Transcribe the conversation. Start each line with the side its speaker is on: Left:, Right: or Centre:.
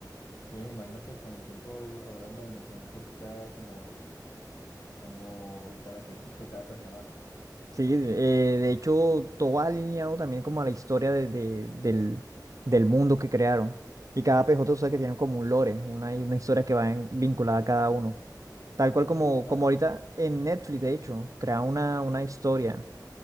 Left: Sí, me imagino que con el tiempo habrá una dimensión por cada como, como característico de cada personaje.
Right: Sí, de eh, de hecho, todo va alineado también como a la historia de- de- del, del mundo que crearon. Y cada PJ, tú sabes que tiene como un lore, una, una historia que va en- vinculada a cada uno. Tal cual
Left: Sí,
Right: como,
Left: yo la...
Right: como ahorita en Netflix,
Left: yo-
Right: de hecho, crea una, una historia